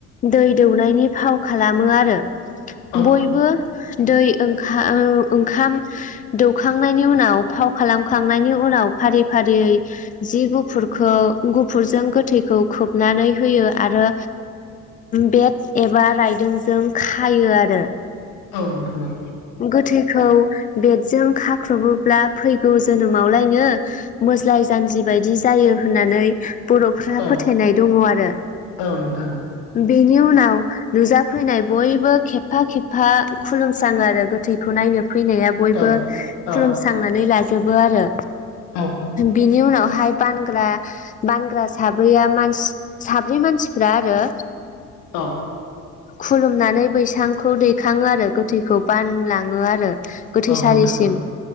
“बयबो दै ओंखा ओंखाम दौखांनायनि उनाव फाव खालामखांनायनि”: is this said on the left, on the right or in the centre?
Left